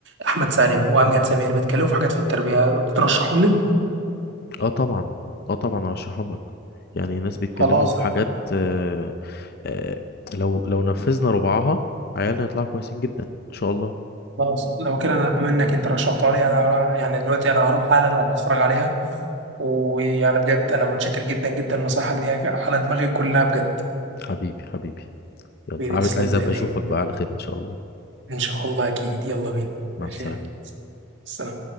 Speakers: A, on the right; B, on the left.
A: احمد سالم وامجد سمير بيتكلموا في حاجات في التربيه بترشحهم لي
B: اه طبعا اه طبعا ارشحهم لك يعني ناس بيتكلموا
A: خلاص
B: في
A: أنا
B: حاجات آه... آه... لو لو نفذنا ربعها عيالنا هيطلعوا كويسين جدا ان شاء الله
A: خلاص لو كده انا بما انك انت رشحتها لي انا هروح- يعني دلوقتي انا هروح حالا اروح اتفرج عليها ويعني بجد انا متشكر جدا جدا لنصايحك دي على دماغي كلها بجد
B: حبيبي حبيبي يلا
A: بتسلم
B: عاو- عايز ابقى
A: لي يعني
B: اشوفك بقى على خير ان شاء الله
A: إن شاء الله أكيد يلا بينا
B: مع
A: ماشي
B: السلامة
A: السلام